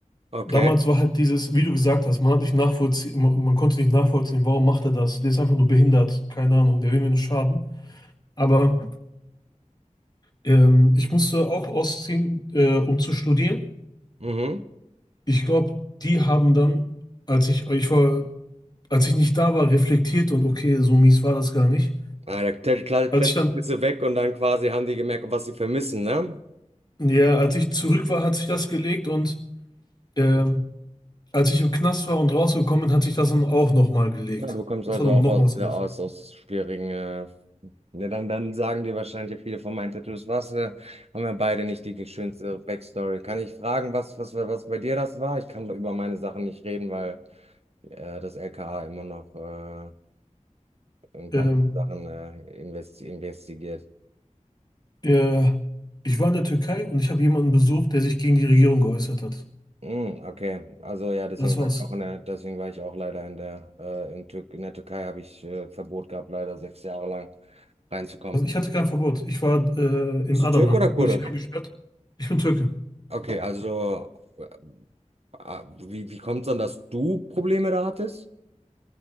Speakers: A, on the right (about 55°); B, on the left (about 30°).
A: Okay.
B: Damals war halt dieses, wie du gesagt hast, man hat nicht nachvollziehen, man, man konnte nicht nachvollziehen, warum macht er das? Der ist einfach nur behindert, keine Ahnung, der will mir nur schaden. Aber ähm, ich musste auch ausziehen, äh, um zu studieren.
A: Mhm.
B: Ich glaube, die haben dann, als ich, ich war, als ich nicht da war, reflektiert und okay, so mies war das gar nicht.
A: Ah, ja, klar, klar, plötzlich
B: Als ich dann,
A: ist du weg und dann quasi haben die gemerkt, was sie vermissen, ne?
B: ja, als ich zurück war, hat sich das gelegt und ähm, als ich im Knast war und rausgekommen bin, hat sich das dann auch nochmal gelegt.
A: Ja, du kommst
B: Das
A: also
B: war dann
A: auch
B: nochmal
A: aus,
B: was anderes.
A: ja, aus, aus schwierigen, äh, ja, dann, dann sagen dir wahrscheinlich viele von meinen Tattoos, was, äh, haben wir beide nicht die schönste Backstory. Kann ich fragen, was, was, was bei dir das war? Ich kann über meine Sachen nicht reden, weil äh, das LKA immer noch äh, in
B: Ähm,
A: manche Sachen äh, investi investigiert.
B: äh, ich war in der Türkei und ich habe jemanden besucht, der sich gegen die Regierung geäußert hat.
A: Mm, okay, also ja, deswegen
B: Das war's.
A: war ich auch in der, deswegen war ich auch leider in der, äh, in, Tür in der Türkei habe ich äh, Verbot gehabt, leider sechs Jahre lang reinzukommen.
B: Also ich hatte kein Verbot. Ich war äh, in
A: Bist
B: Adana,
A: du Türke oder Kurde?
B: wurde ich eingesperrt. Ich bin Türke.
A: Okay, also äh, ah, wie, wie kommt es dann, dass du Probleme da hattest?